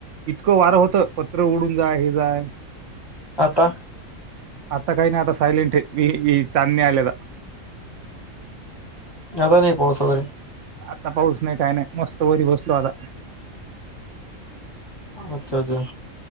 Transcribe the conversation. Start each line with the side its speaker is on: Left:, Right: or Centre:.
Right: इतकं वारं होत पत्र उडून जाय हे जाय
Left: आता
Right: अता काही नाही आता सैलेंट आहे, चांदणी आले आता.
Left: ज्यादा नाही पाऊस वगैरे.
Right: आता पाऊस नाही काय नाही मस्त वरी बसलो आता.
Left: अच्छा अच्छा...